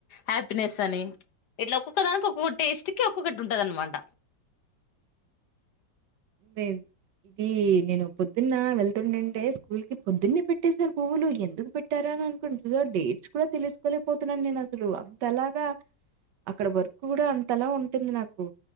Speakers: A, on the left; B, on the right.
A: హ్యాపీనెస్ అని ఇట్లా ఒక్కొక్క దానికి ఒక్కొక్క టేస్ట్ కి ఒక్కొక్కటి ఉంటది అనమాట
B: లెధు ఇ నేను పొద్దున్న వెళ్తుండండే స్కూల్ కి పొద్దున్న పెట్టసారు పువ్వులు ఎందుకు పెట్టారా అనుకుంటుో డేట్స్ కూడా తెలుసుకోలేకపోతున్నాను నేను అసలు అంతలాగా అక్కడ వర్కు కూడా అంతలా ఉంటుంది నాకు